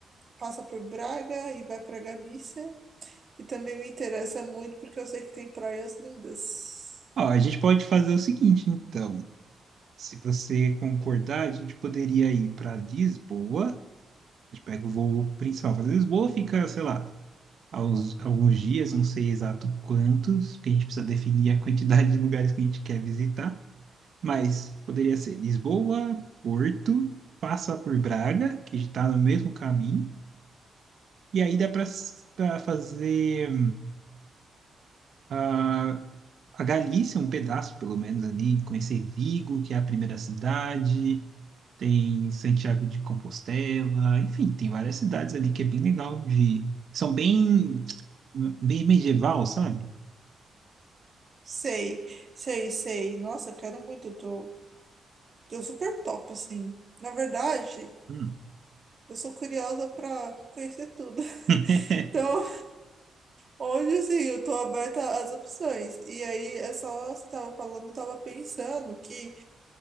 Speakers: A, on the right; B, on the right.
A: passa por Braga e vai para Galícia, que também me interessa muito porque eu sei que tem praias lindas.
B: Ó, a gente pode fazer o seguinte, então. Se você concordar, a gente poderia ir para Lisboa. A gente pega o voo principal para Lisboa, fica, sei lá. aos, alguns dias, não sei exato quantos, porque a gente precisa definir a quantidade de lugares que a gente quer visitar, mas poderia ser Lisboa, Porto, passa por Braga, que está no mesmo caminho, e aí dá para fazer ah, a Galícia, um pedaço pelo menos ali, conhecer Vigo, que é a primeira cidade. Tem Santiago de Compostela, enfim, tem várias cidades ali que é bem legal de. São bem, bem medieval, sabe?
A: Sei, sei, sei. Nossa, eu quero muito, tô, eu super topo assim. Na verdade,
B: Hum.
A: Eu sou curiosa para conhecer tudo. <laughs>
B: <laughs>
A: Então, hoje assim, eu tô aberta às opções. E aí, é só você tava falando, eu tava pensando que